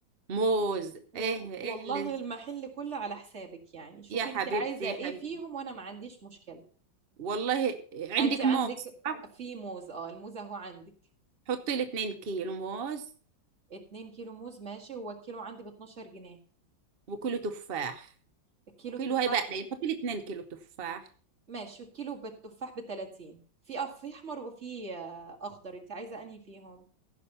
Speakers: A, on the right; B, on the right.
A: موز
B: وال...
A: ايه
B: والله
A: ايه اللي
B: المحل كله على حسابك يعني شوفي
A: يا حبيبتي
B: انت عايزة
A: يا
B: ايه
A: حبيبتي
B: فيهم وانا ما عنديش مشكلة
A: والله عندك
B: انت عندك
A: موز صح
B: في موز اه الموز اهو عندك
A: حطي لي 2 كيلو موز
B: 2 كيلو موز ماشي هو الكيلو عندي ب 12 جنيه
A: وكيلو تفاح
B: الكيلو
A: كيلو
B: التفاح
A: هيبقى قليل حطي لي 2 كيلو تفاح
B: ماشي الكيلو بالتفاح ب 30 في أف- في احمر وفي آه، اخضر انت عايزه انهي فيهم